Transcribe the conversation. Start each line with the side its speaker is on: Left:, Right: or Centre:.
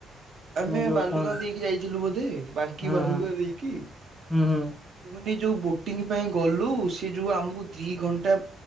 Right: ଆମେ
Centre: ଯୋଉ
Right: ବାଲୁଗାଁ
Centre: କଣ
Right: ଦେଇକି ଯାଇଥିଲୁ ବୋଧେ ବାଙ୍କି
Centre: ହୁଁ
Right: ବାଲୁଗାଁ
Centre: ହୁଁ
Right: ଦେଇକି।
Centre: ହୁଁ
Right: କୁହନି ଯୋଉ ବୋଟିଂ ପାଇଁ ଗଲୁ ସେ ଯୋଉ ଆମକୁ ଦି ଘଣ୍ଟା